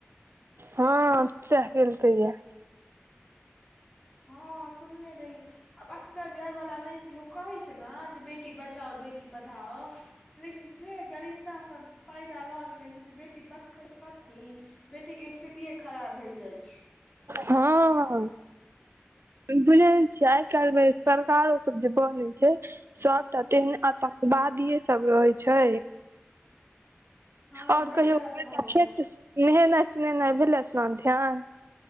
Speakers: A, on the right (about 65°); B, on the left (about 15°).
A: हँ तऽ सैह केलकैये
B: हँ सुनने रहियै आब असगर जाय बला नहि छै लोक कहै छै न जे बेटी बचाओ बेटी पढ़ाओ लेकिन से दरिन्दा सब पायदा लऽ लेने छै जे बेटी बचतै कथी बेटी के स्थितिये खराब भेल जाय छै
A: हँ बुझै नै छियै आइ काल्हिमे जे सरकारो सब जे बनै छै सबटा
B: हँ
A: तेहने आतंकवादीये सब रहै छै
B: हँ
A: आओर
B: ई बड
A: कहियौ
B: गलत
A: <unintelligible>
B: भऽ रहल छै
A: नहेनाइ सुनेनाइ भेलै स्नान ध्यान